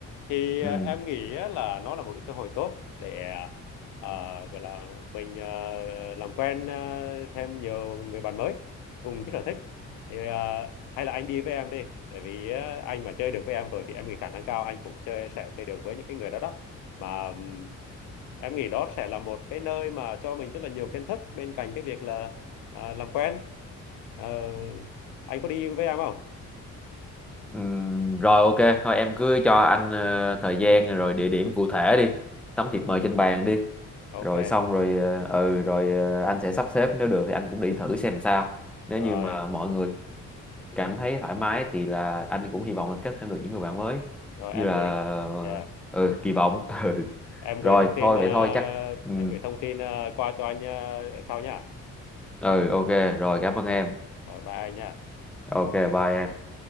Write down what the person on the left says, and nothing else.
Thì
à, em nghĩ á là nó là một cái cơ hội tốt để à, gọi là mình à, làm quen à, thêm nhiều người bạn mới cùng cái sở thích. Thì à, hay là anh đi với em đi, tại vì à, anh mà chơi được với em rồi thì em nghĩ khả năng cao anh cũng chơi sẽ chơi được với những cái người đó đó mà ừm, em nghĩ đó sẽ là một cái nơi mà cho mình rất là nhiều kiến thức bên cạnh cái việc là à, làm quen Ờ, anh có đi với em không
ok
rồi
rồi
em
gửi
yeah.
em gửi
thông tin
ờ,
em gửi thông tin ờ, qua cho anh ờ, sau nha
Ờ,
rồi bye anh nha